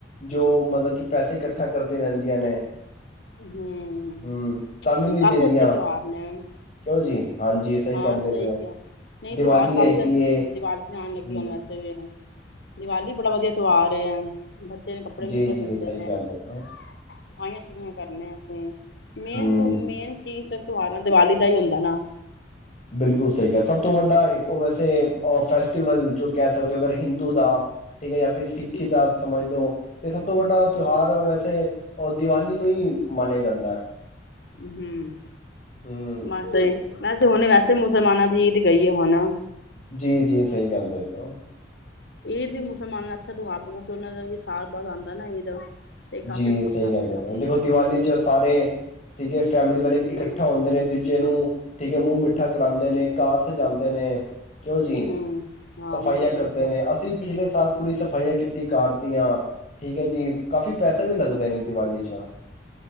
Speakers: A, on the left; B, on the left.
A: ਜੋ ਮਤਲਬ ਕਿ ਪੈਸੇ ਇਕੱਠਾ ਕਰਦੇ ਰਹਿੰਦੀਆਂ ਨੇ।
B: ਹਮ,
A: ਹੂੰ, ਤਾਂ ਵੀ ਨੀ
B: ਕਾਫੀ
A: ਦਿੰਦੀਆਂ
B: ਅੱਛੇ ਪਰਿਵਾਰ ਨੇ।
A: ਕਿਉਂ ਜੀ? ਹਾਂਜੀ
B: ਹਾਂ
A: ਕਹਿੰਦੇ
B: ਸਹੀ
A: ਪਏ ਓ।
B: ਕਿਹਾ, ਨਹੀਂ
A: ਦੀਵਾਲੀ
B: ਤਿਉਹਾਰ ਕਾਫੀ
A: ਹੈਗੀ
B: ਅੱਛੇ
A: ਏ
B: ਨੇ ਦੀਵਲੀ ਆਣ
A: ਹੂੰ,
B: ਲੱਗੀ ਹੁ ਵੈਸੇ ਵੀ। ਦੀਵਾਲੀ ਵੀ ਬੜਾ ਵਧੀਆ ਤਿਉਹਾਰ ਹੈ। ਬੱਚੇ ਨੂੰ ਕੱਪੜੇ
A: ਜੀ-ਜੀ
B: ਕੁਪੜੇ ਮਿਲਦੇ
A: ਸਹੀ ਕਹਿੰਦੇ ਪਏ ਓ।
B: ਸਫਾਈਆਂ ਕਰਨੇ ਆ। ਅਸੀਂ ਮੇਨ
A: ਹੂੰ,
B: ਮੇਨ ਚੀਜ਼। ਤਿਉਹਾਰ ਦੀਵਾਲੀ ਦਾ ਹੀ ਹੁੰਦਾ ਨਾ।
A: ਬਿਲਕੁਲ ਸਹੀ ਕਿਹਾ ਸਭ ਤੋਂ ਵੱਡਾ ਉਹ ਵੈਸੇ ਤਿਉਹਾਰ ਵੀ। ਫਸ ਜੋ ਕਹਿ ਸਕਦੇ ਹੋ ਅਗਰ ਹਿੰਦੂ ਦਾ ਠੀਕ ਹੈ, ਜਾਂ ਫਿਰ ਸਿੱਖੀ
B: ਹਮ
A: ਦਾ ਸਮਝ ਲਓ ਤੇ ਸਭ ਤੋਂ ਵੱਡਾ ਤਿਉਹਾਰ ਵੈਸੇ ਦੀਵਾਲੀ ਨੂੰ ਹੀ ਮੰਨਿਆ ਜਾਂਦਾ। <inaudible>
B: ਹੂੰ।
A: ਹੂੰ,
B: ਮਸੇ, ਵੈਸੇ ਹੁਣ, ਵੈਸੇ ਮੁਸਲਮਾਨਾਂ ਦੀ ਈਦ ਗਈ ਆ ਹੁਣੇ।
A: ਜੀ ਜੀ ਸਹੀ, ਕਹਿੰਦੇ ਵੀਓ।
B: ਈਦ ਵੀ ਮੁਸਲਮਾਨ ਦਾ ਅੱਛਾ ਤਿਉਹਾਰ ਹੈ ਕਿਉਂਕਿ ਉਹਨਾਂ ਦਾ ਵੀ ਸਾਲ ਬਾਅਦ ਆਉਂਦਾ ਨਾ ਈਦ। ਤੇ ਕਾਫੀ
A: ਜੀ
B: ਅੱਛਾ
A: ਸਹੀ
B: ਮਨਾਉਂਦੇ
A: ਗੱਲ,
B: ਨੇ ਉਹਨੂੰ
A: ਹੈੁਣ ਦੇਖੋ ਦੀਵਾਲੀ ਚ ਸਾਰੇ ਠੀਕ ਹੈ। ਫੈਮਲੀ ਵਾਲੇ ਇਕੱਠਾ
B: ਹਮ
A: ਹੁੰਦੇ ਨੇ ਦੂਜੇ ਨੂੰ, ਠੀਕ ਹੈ ਮੂੰਹ ਮਿੱਠਾ ਕਰਾਉਂਦੇ ਨੇ ਘਰ ਸਜਾਉਂਦੇ ਨੇ। ਕਿਉਂ ਜੀ
B: ਹਮ ਹਾਂ
A: ਸਫਾਈਆਂ
B: ਬਿਲਕੁਲ ਸਹੀ
A: ਕਰਦੇ
B: ਕਿਹਾ
A: ਨੇ ਅਸੀਂ ਪਿਛਲੇ ਸਾਲ ਪੂਰੀ ਸਫਾਈਆਂ ਕੀਤੀ ਸੀ। ਘਰ ਦੀਆਂ, ਠੀਕ ਹੈ ਜੀ ਕਾਫੀ, ਪੈਸਾ ਵੀ ਲੱਗਦਾ ਨੇ ਦੀਵਾਲੀ ਚ।